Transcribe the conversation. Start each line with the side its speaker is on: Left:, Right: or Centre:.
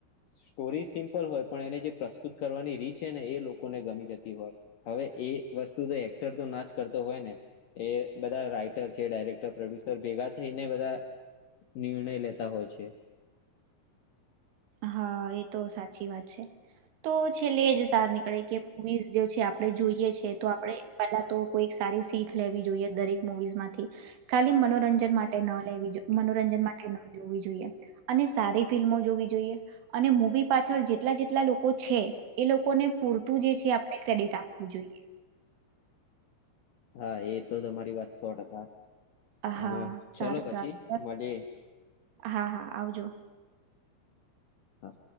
Left: સ્ટોરી સિમ્પલ હોય, પણ એને જે પ્રસ્તુત કરવાની રીત છે ને એ લોકોને ગમી જતી હોય. હવે એ વસ્તુ તો એક્ટર તો ના જ કરતો હોય ને. એ બધા રાઈટર છે, ડાયરેક્ટર પ્રોડ્યુસર ભેગા થઈને બધા નિર્ણય લેતા હોય છે.
Right: હા એ તો સાચી વાત છે. તો છેલ્લે એજ સાર નીકળે કે મુવીઝ જે છે આપણે જોઈએ છે તો આપણે પહેલા તો કોઈ સારી શીખ લેવી જોઈએ દરેક મુવીઝ માંથી. ખાલી મનોરંજન માટે ન લેવી જોઈ મનોરંજન માટે ન જોવી જોઈએ. અને સારી ફિલ્મો જોવી જોઈએ અને મૂવી પાછળ જેટલા જેટલા લોકો છે, એ લોકોને પૂરતું જે છે આપણે ક્રેડિટ આપવું જોઈએ.
Left: હા એ તો તમારી વાત સો ટકા,
Right: હા
Left: <unintelligible> ચલો
Right: સારું
Left: પછી
Right: સારું
Left: મળીએ.
Right: હા હા આવજો.
Left: હા.